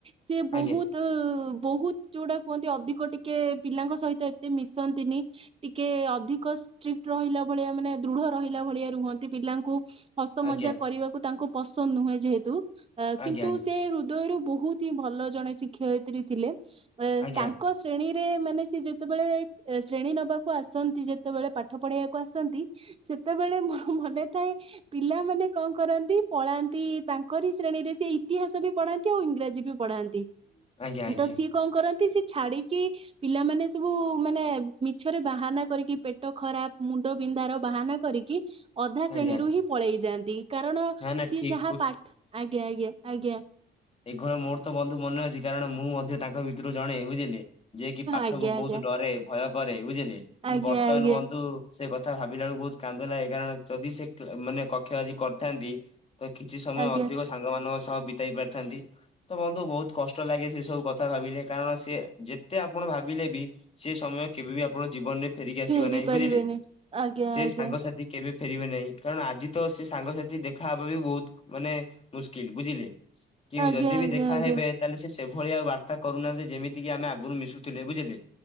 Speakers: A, on the right; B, on the left.
A: ସିଏ ବହୁତ
B: ଆଜ୍ଞା
A: ତ ବହୁତ ଯୋଉଟା କୁହନ୍ତି ଅଧିକ ଟିକେ ପିଲାଙ୍କ ସହିତ ଏତେ ମିଶନ୍ତିନି ଟିକେ ଅଧିକ ଷ୍ଟ୍ରିକ୍ଟ ରହିଲା ଭଳିଆ ମାନେ ଦୃଢ ରହିଲା ଭଳିଆ ରୁହନ୍ତି ପିଲାଙ୍କୁ ହସ
B: ଆଜ୍ଞା
A: ମଜା କରିବାକୁ ତାଙ୍କୁ ପସନ୍ଦ ନୁହେଁ ଯେହେତୁ ଅ କିନ୍ତୁ
B: ଆଜ୍ଞା
A: ସେ ହୃଦୟରୁ ବହୁତ ହିଁ ଭଲ ଜଣେ ଶିକ୍ଷୟିତ୍ରୀ ଥିଲେ ଏନ୍
B: ଆଜ୍ଞା
A: ତାଙ୍କ
B: ଆଜ୍ଞା
A: ଶ୍ରେଣୀରେ ମାନେ ସି ଯେତେବେଳେ ଶ୍ରେଣୀ ନେବାକୁ ଆସନ୍ତି, ଯେତେବେଳେ ପାଠ ପଢ଼େଇବାକୁ ଆସନ୍ତି ସେତେବେଳେ ମୋ ମନେ ଥାଏ ପିଲାମାନେ କଣ କରନ୍ତି, ପଳାନ୍ତି ତାଙ୍କରି ଶ୍ରେଣୀରେ ସେ ଇତିହାସ ବି ପଢାନ୍ତି ଆଉ ଇଂରାଜୀ ବି ପଢ଼ାନ୍ତି।
B: ଆଜ୍ଞା ଆଜ୍ଞା ଆଜ୍ଞା
A: ତ ସିଏ କଣ କରନ୍ତି ସିଏ ଛାଡିକି ପିଲାମାନେ ସବୁ ମାନେ ମିଛରେ ବାହାନା କରିକି ପେଟ ଖରାପ ମୁଣ୍ଡ ବିନ୍ଧାର ବାହାନା କରିକି ଅଧା
B: ଆଜ୍ଞା
A: ଶ୍ରେଣୀରୁ ହିଁ ପଳେଇ ଯାଆନ୍ତି। କାରଣ
B: ନା ନା
A: ସିଏ
B: ଠିକ
A: ଯାହା ପା ଆଜ୍ଞା- ଆଜ୍ଞା- ଆଜ୍ଞା
B: ଏ ଘର ମୋର ତ ବନ୍ଧୁ ମନେ ଅଛି କାରଣ ମୁଁ ମଧ୍ୟ ତାଙ୍କ ଭିତରୁ ଜଣେ। ବୁଝିଲେ ଯିଏ କିି ପାଠକୁ
A: ଆଜ୍ଞା ଆଜ୍ଞା
B: ବହୁତ ଡରେ ଭୟ କରେ, ବୁଝିଲେ କିନ୍ତୁ
A: ଆଜ୍ଞା
B: ବର୍ତ୍ତମାନ
A: ଆଜ୍ଞା ଆଜ୍ଞା
B: ବନ୍ଧୁ ସେ କଥା ଭାବିଲା ବେଳକୁ ବହୁତ କାନ୍ଦ ଲାଗେ। କାରଣ ଯଦି ସେ ମାନେ କକ୍ଷ ଆଦି କରିଥାନ୍ତି। ତ କିଛି ସମୟ
A: ଆଜ୍ଞା
B: ଅଧିକ ସାଙ୍ଗମାନାନଙ୍କ ସହ ବିତାଇ ପାରିଥାନ୍ତି। ତ ବନ୍ଧୁ ବହୁତ କଷ୍ଟ ଲାଗେ ସେ ସବୁ କଥା ଭାବିଲେ, କାରଣ ସେ ଯେତେ ଆପଣ ଭାବିଲେ ବି ସେ ସମୟ କେବେ ବି ଆପଣ ଜୀବନରେ ଫେରିକି ଆସିବ
A: ଫେରି
B: ନାହିଁ।
A: ପାରିବେନି
B: ବୁଝିଲେ
A: ଆଜ୍ଞା
B: ସେ
A: ଆଜ୍ଞା
B: ସାଙ୍ଗସାଥି କେବେ ଫେରିବେ ନାହିଁ। କାରଣ ଆଜି ତ ସେ ସାଙ୍ଗସାଥି ଦେଖାହବା ବି ବହୁତ ମାନେ ମୁସ୍କିଲ। ବୁଝିଲେ କି
A: ଆଜ୍ଞା
B: ଯଦି
A: ଆଜ୍ଞା
B: ବି ଦେଖା
A: ଆଜ୍ଞା
B: ହେବେ ତାହେଲେ ସେଭଳି ଆଉ ବାର୍ତ୍ତାୁନାହାନ୍ତି ଯେମିତି କିି ଆମେ ଆଗରୁ ମିଶୁଥିଲେ। ବୁଝିଲେ